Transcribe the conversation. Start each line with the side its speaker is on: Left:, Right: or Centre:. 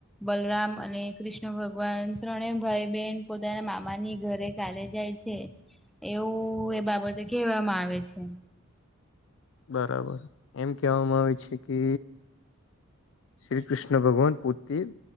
Centre: બલરામ અને કૃષ્ણ ભગવાન ત્રણે ભાઈ બહેન પોતાના મામાની ઘરે કાલે જાય. છે એવું એ બાબતે કેહેવામાં આવે છે.
Left: બરાબર એમ કેહેવામાં આવે છે કે. શ્રી કૃષ્ણ ભગવાન પોતથી